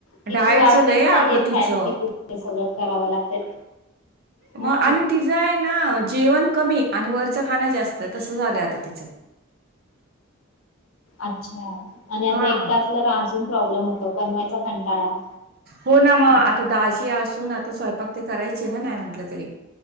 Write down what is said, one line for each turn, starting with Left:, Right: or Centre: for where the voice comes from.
Left: कि
Right: डाएटच
Left: तू अगदीच
Right: लय
Left: नाहीये
Right: अगं तिचं
Left: फॅट कि तू हे सगळं कराव लागत हा
Right: मग आणि तिचं आहे ना जेवण कमी आणि वरचं खाणं जास्त आहे, तसं झालंय आता तिचं.
Left: अच्छा आणि आता
Right: हा
Left: एकटा असल्या वर अजून. प्रॉब्लेम होतो बनवायचा कंटाळा.
Right: हो ना मग आता दाजी असून, आता स्वयंपाक ते करायचे ना नाही म्हटलं तरी.